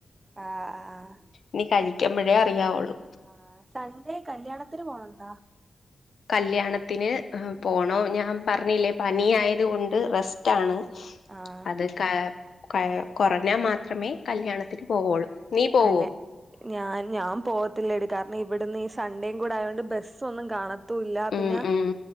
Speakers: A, on the right; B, on the left.
A: ആഹ് ആഹ്
B: ഇനി കഴിക്കുമ്പഴേ അറിയാവുള്ളു
A: ആ സൺഡേ കല്യാണത്തിന് പോണൊണ്ടാ
B: കല്യാണത്തിന് ഹ് പോണോ ഞാൻ പറഞ്ഞില്ലേ പനി ആയത് കൊണ്ട് റെസ്റ്റാണ്
A: ആഹ്
B: അത് ക ക കുറഞ്ഞാ മാത്രമേ കല്യാണത്തിന് പോവുള്ളൂ നീ പോവോ
A: കല് ഞാൻ ഞാൻ പോകത്തില്ലടി കാരണം ഇവിടുന്ന് ഈ സൺണ്ടേയും കൂടെ ആയോണ്ട് ബസ്സൊന്നും കാണ ത്തൂല്ല പിന്നെ
B: ഉം ഉം